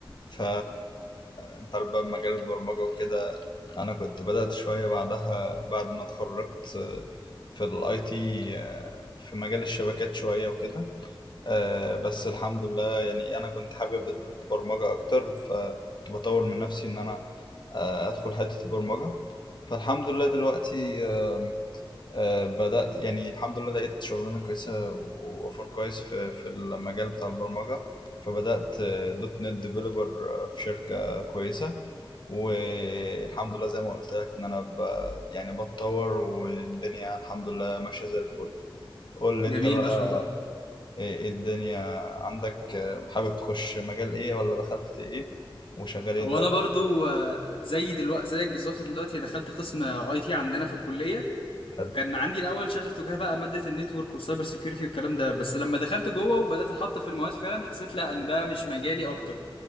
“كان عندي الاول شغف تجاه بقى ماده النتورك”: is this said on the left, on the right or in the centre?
Left